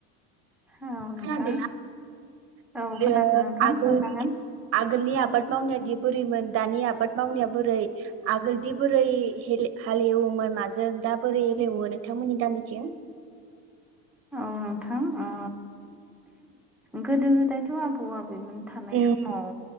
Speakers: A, in the centre; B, on the right (about 45°).
A: औ नोंथां
B: खोनादोंना <unintelligible>
A: औ खोनादों नोंथां
B: आगोल
A: सोंजागोन
B: आगोलनि आबाद मावनायादि बोरैमोन दानि आबाद मावनाया बोरै आगोलदि बोरै हेलेव हालेवोमोन माजों दा बोरै हेलेवो नोंथांमोननि गामिथिं?
A: औ नोंथां ओ गोदो गोदायथ' आबौ आबैमोन थानाय
B: उम
A: समाव